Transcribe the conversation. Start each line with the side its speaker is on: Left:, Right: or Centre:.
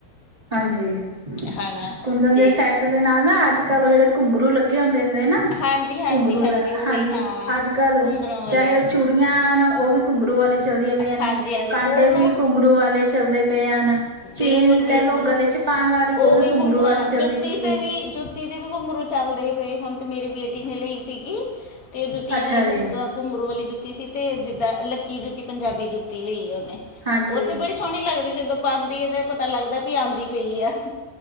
Right: ਹਾਂਜੀ,
Left: ਹਨਾ
Right: ਕੁੰਦਨ ਦੇ
Left: ਤੇ
Right: ਸੈਟ ਦੇ ਨਾਲ ਨਾ, ਅੱਜ ਕੱਲ੍ਹ ਔ ਜਿਹੜੇ ਕੁੰਗਰੂ ਲੱਗੇ। <unintelligible> ਨਾ,
Left: ਹਾਂਜੀ ਹਾਂਜੀ
Right: ਕੁੰਗਰੂ ਦਾ
Left: ਉਹੀ
Right: ਹਾਂਜੀ,
Left: ਹਾਂ
Right: ਅੱਜ ਕੱਲ
Left: ਘੁੰਗਰਾਂ ਵਾਲੇ
Right: ਚਾਹੇ ਔ। ਚੂੜੀਆਂ ਨਾ, ਔ ਵੀ ਕੁੰਗਰੂ ਵਾਲੀ ਚਲਦੀਆਂ ਪਈਆਂ ਨਾ,
Left: ਹਾਂਜੀ ਹਾਂਜੀ
Right: ਕਾਂਟੇ
Left: ਉਹ ਨੂੰ
Right: ਵੀ ਕੁੰਗਰੂ ਵਾਲੇ ਚੱਲਦੇ ਪੇ ਹਨ ਚੇਨ
Left: ਬਿਲਕੁਲ ਬਿਲਕੁਲ
Right: ਲੈ ਲੋ। ਗਲੇ ਚ ਪਾਣ ਵਾਲੀ, ਔ
Left: ਉਹ
Right: ਵੀ ਕੁੰਗਰੂ
Left: ਘੁੰਗਰੂਆਂ
Right: ਵਾਲੀ
Left: ਜੁੱਤੀ
Right: ਚੱਲਦੀ ਪੀ
Left: ਤੇ
Right: ਏ।
Left: ਵੀ ਜੁੱਤੀ ਦੇ ਵੀ ਕੁੰਗੁਰੂ ਚੱਲਦੇ ਪੇ। ਹੁਣ ਤੇ ਮੇਰੀ ਬੇਟੀ ਨੇ ਲਈ ਸੀਗੀ, ਤੇ ਜੁੱਤੀਆਂ
Right: ਅੱਛਾ
Left: ਵਾਲੀ
Right: ਜੀ
Left: ਘੁੰ ਕੁੰਗੁਰੂ ਵਾਲੀ ਜੁੱਤੀ ਸੀ, ਤੇ ਜਿੱਦਾਂ ਲੱਕੀ ਜੁੱਤੀ ਪੰਜਾਬੀ ਜੁੱਤੀ ਲਈ ਆ, ਓਨੇ
Right: ਹਾਂਜੀ
Left: ਔਰ ਤੇ ਬੜੀ ਸੋਣੀ ਲੱਗਦੀ ਜਦੋਂ ਪਾਂਦੀ ਏ, ਤੇ ਪਤਾ ਲੱਗਦਾ ਵੀ ਆਂਦੀ ਪਈ ਐ।